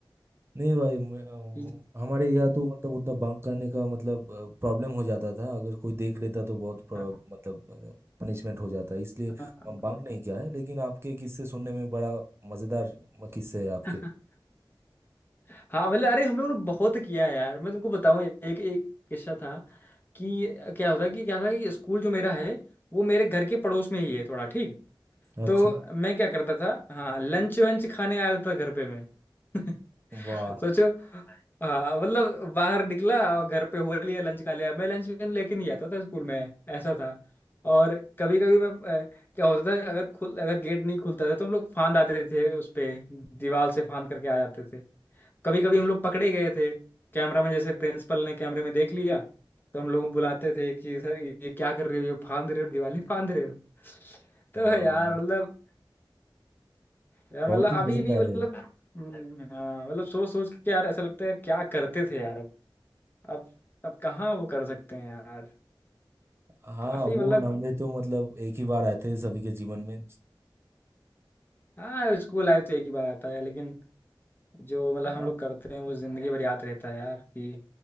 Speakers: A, on the right; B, on the left.
A: नहीं भाई मैं- अम,
B: कि-
A: हमारे यहाँ
B: <laughs>
A: तो मतलब उतना बंक करने का मतलब प्रॉब्लम हो जाता था अगर कोई देख लेता तो बहुत प्र-
B: हाँ,
A: मतलब पनिशमेंट हो जाता है इसलिए
B: हाँ,
A: हम बंक नहीं किया है लेकिन आपके किस्से सुनने में बड़ा मज़ेदार किस्से है आपके
B: हाँ। हाँ मतलब अरे हम लोगों ने बहुत किया है यार मैं तुमको बताऊं एक एक किस्सा था कि क्या होता कि क्या था कि स्कूल जो मेरा है वो मेरे घर के पड़ोस में ही है थोड़ा ठीक
A: अच्छा
B: तो मैं क्या करता था हाँ लंच वंच खाने आ जाता था घर पे मैं <laughs>
A: वाह
B: सोचो हाँ मतलब बाहर निकला और घर पे हो लिया लंच खा लिया मैं लंच लेके नहीं आता था स्कूल में ऐसा था और कभी कभी मैं अ, क्या होता था अगर खुल अगर गेट नहीं खुलता था तो हम लोग फांद आते थे उस पे दीवार से फांद करके आ जाते थे कभी कभी हम लोग पकड़े गए थे कैमरा में जैसे प्रिंसिपल ने कैमरे में देख लिया तो हम लोग बुलाते थे कि सर ये क्या कर रहे हो ये फांद रहे हो दिवाली फांद रहे हो <laughs> तो
A: वाह,
B: यार मतलब यार
A: बहुत
B: मतलब
A: ही
B: अभी
A: मज़ेदार
B: भी मतलब
A: है
B: हम्म, हाँ, मतलब सोच सोच के यार ऐसा लगता है यार क्या करते थे यार अब अब अब कहाँ वो कर सकते हैं यार
A: हाँ
B: काफी
A: वो
B: मतलब
A: लम्हे तो मतलब एक ही बार आते हैं सभी के जीवन में
B: हाँ स्कूल लाइफ तो एक ही बार आता है लेकिन जो मतलब
A: हाँ,
B: हम लोग करते हैं वो जिंदगी भर याद रहता है यार कि